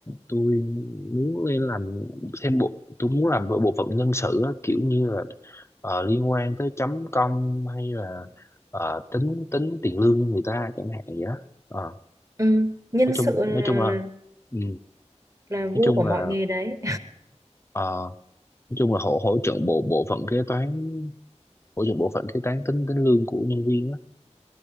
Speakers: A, on the left; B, on the right.
A: tôi muốn lên làm thêm bộ tôi muốn làm bộ bộ phận nhân sự á, kiểu như là ờ, liên quan tới chấm công hay là ờ, tính tính tiền lương cho người ta chẳng hạn vậy đó Ờ,
B: Ừ, nhân
A: nói
B: sự
A: chung
B: là,
A: nói chung
B: là,
A: là ừ,
B: là vua
A: nói chung
B: của mọi
A: là
B: nghề đấy.
A: ờ, nói chung là hỗ hỗ trợ bộ bộ phận kế toán hỗ trợ bộ phận kế toán tính tính lương của nhân viên á